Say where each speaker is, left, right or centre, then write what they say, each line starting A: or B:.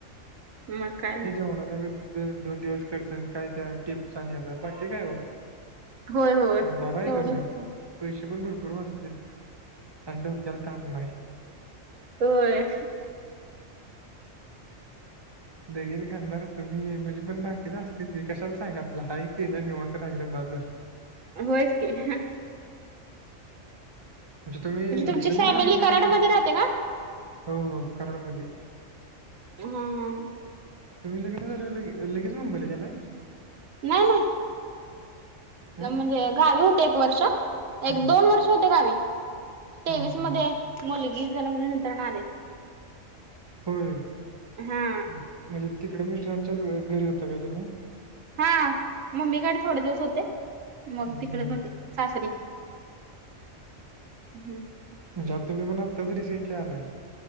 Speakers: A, on the right (about 80°); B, on the right (about 25°).
A: मगं कायं नांय
B: हो दोन दोन दिवसं खर्त कायं त्यां टिप्स आणि हचां बाकी कायं हो
A: होय होय तेवढंच
B: बरांय तसं
A: की
B: पैसे पणं भरंपूर वाचत्यांत. अनं डोक्यांला तांप नाहीं.
A: होयं.
B: लगिन करणारं तुम्हीं म्हणजी पणं बाकी चं असतंच की कशांला सांगा आपलं हांक केलं निवांत पाहिलं बाजं झालं.
A: होयंचकी हं
B: म्हणजे तुम्ही
A: तुमची
B: लग्न
A: फॅमिली
B: झाल्यावर लगेच
A: कराड
B: घे
A: मध्ये राहते का?
B: हो हो कराड मध्ये
A: हा
B: तुम्ही लग्न झाल्यावर लगे लगेच मुंबईला गेलाय?
A: नायला
B: हं?
A: न् म्हणजे गावी होते एक वर्ष एक
B: हं.
A: दोन वर्ष होते गावी. तेवीस
B: हा हा
A: मध्ये
B: हा
A: मुलगी जन्मल्यानंतरनं आले.
B: होय
A: हा
B: म्हणजे तिकडं मिस्टरांच्यांच घरी होता काय तुम्ही?
A: हा मम्मीकडं थोडं दिवस होते मग
B: हं,
A: तिकडं
B: हं.
A: थोडे सासरी हम्म
B: म्हणजे आता तुम्ही पण आताच रिसेंटली आलाय.